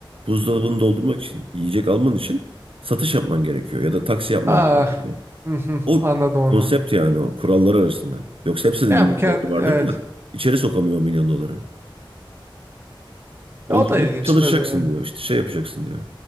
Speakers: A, on the right; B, on the right.
A: buzdolabını doldurmak için yiyecek alman için satış yapman gerekiyor ya da taksi yapman
B: Ah,
A: gerekiyor. diyor.
B: hı hı,
A: O
B: anladım onu.
A: konsept yani o kurallar arasında. Yoksa hepsinin
B: Ya
A: milyon
B: bu kend-
A: doları vardır
B: evet.
A: da içeri sokamıyor o milyon doları. Onun
B: E, o
A: için
B: da ilginç
A: diyor ki çalışacaksın
B: tabii. Evet.
A: diyor işte şey yapacaksın diyor.